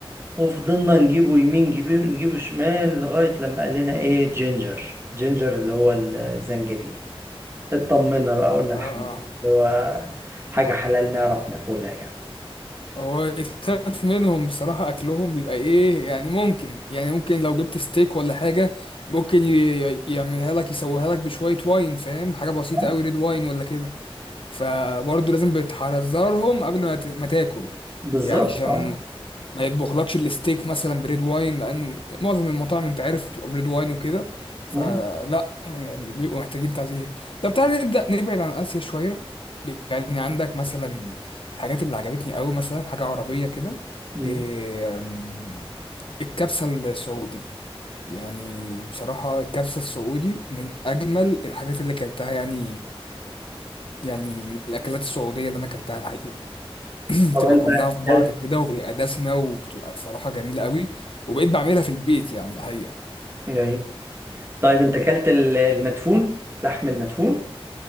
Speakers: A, on the right; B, on the left.
A: وفضلنا نجيبه يمين نجيبه نجيبه شمال لغايه لما قال لنا ايه جينجر جينجر اللي هو الزنجبيل اطمنا بقى قلنا
B: اه
A: الحمد
B: اه
A: لله اللي هو حاجه حلال نعرف ناكلها يعني
B: هو يتخاف منهم بصراحة أكلهم بيبقى إيه يعني ممكن يعني ممكن لو جبت ستيك ولا حاجة ممكن ي- ي- يعملها لك يسويها لك بشوية واين فاهم حاجة بسيطة
A: آه،
B: أوي ريد واين ولا كده فبرضه لازم بتحذرهم قبل ما ت- ما تاكل
A: بالظبط
B: يعني عشان
A: اه
B: ما يطبخلكش الستيك مثلا بريد واين لانه معظم المطاعم انت عارف بتبقى بريد واين وكده فلا
A: مم،
B: يعني بيبقوا محتاجين تعزيز طب تعالى نبدا نبعد عن اسيا شويه يعني عندك مثلا الحاجات اللي عجبتني قوي مثلا حاجه عربيه كده
A: مم.
B: إيه، أم، الكبسه السعودي يعني بصراحه الكبسه السعودي من اجمل الحاجات اللي اكلتها يعني يعني من الاكلات السعوديه اللي انا اكلتها <clears throat>
A: طب
B: بتبقى
A: انت
B: كلها في بعض
A: اكلت
B: كده وبتبقى دسمة وبتبقى بصراحة جميلة قوي وبقيت بعملها في البيت يعني الحقيقة
A: ايه طيب انت اكلت ال- المدفون لحم المدفون